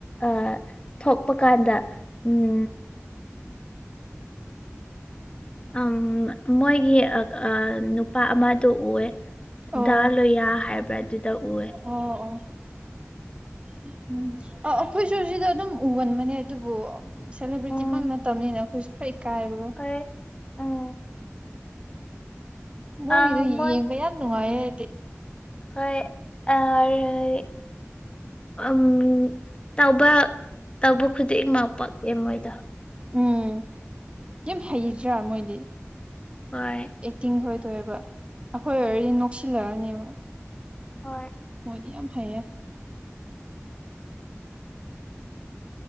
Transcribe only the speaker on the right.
ꯑꯣ
ꯑꯣ ꯑꯣ ꯎꯝ ꯑ ꯑꯩꯈꯣꯏ ꯁꯨ ꯁꯤꯗ ꯑꯗꯨꯝ ꯎꯒꯟꯕꯅꯦ ꯑꯗꯨꯕꯨ ꯁꯦꯂꯦꯕ꯭ꯔꯤꯇꯤꯃꯛ
ꯅꯠꯇꯕꯅꯤꯅ ꯑꯩꯈꯣꯏꯁꯨ ꯈ꯭ꯔꯥ ꯐꯀꯥꯏꯕꯀꯣ
ꯃꯣꯏꯒꯤꯗꯣ
ꯌꯦꯡꯕ ꯌꯥꯝ ꯅꯨꯡꯉꯥꯏꯌꯦ ꯑꯩꯗꯤ
ꯎꯝ ꯌꯝ ꯍꯩꯗ꯭ꯔꯥ ꯃꯣꯏꯗꯤ
ꯑꯦꯛꯇꯤꯡ ꯍꯣꯏ ꯇꯧꯋꯦꯕ ꯑꯩꯈꯣꯏ ꯑꯣꯏꯔꯗꯤ ꯅꯣꯛꯁꯤꯜꯂꯛꯑꯅꯦꯕ
ꯃꯣꯏꯗꯤ ꯌꯥꯝ ꯍꯩꯌꯦ